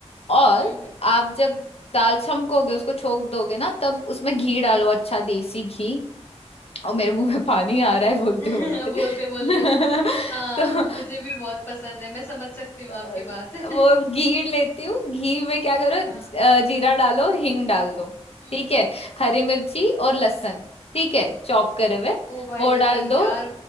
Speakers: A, on the left; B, on the left.
A: और
B: हम्म
A: आप जब दाल छमकोगे उसको छोक दोगे ना तब उसमें घी
B: हम्म
A: डालो अच्छा देसी घी और मेरे मुंह में पानी आ रहा है बोलते
B: हम्म
A: बोलते
B: <laughs> बोलते
A: <laughs>
B: बोलते ना हाँ
A: तो
B: मुझे भी बहुत पसंद है मैं समझ सकती हूँ
A: अ,
B: आपकी बात <laughs>
A: वो घी लेती हूँ घी में क्या करो
B: हाँ
A: अ, जीरा डालो और हींग डाल दो
B: हम्म
A: ठीक है हरी मिर्ची
B: हम्म
A: और लहसुन ठीक है चॉप करे हुए
B: ओ भाई
A: वो डाल दो
B: यार